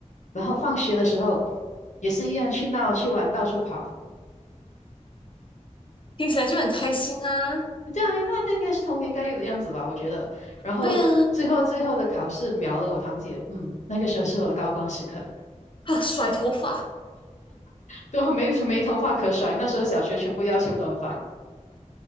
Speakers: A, on the left (about 70°); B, on the left (about 40°).
A: 然后放学的时候也是一样去闹去玩，到处跑。
B: 听起来就很开心啊。
A: 这样应该应该是童年该有的样子吧，我觉得。然后最后最后的考试秒了我堂姐，
B: 对啊，
A: 嗯，那个时候是我的高光时刻。
B: 啊，甩头发，
A: 对啊，没没头发可甩。那时候小学全部要求短发，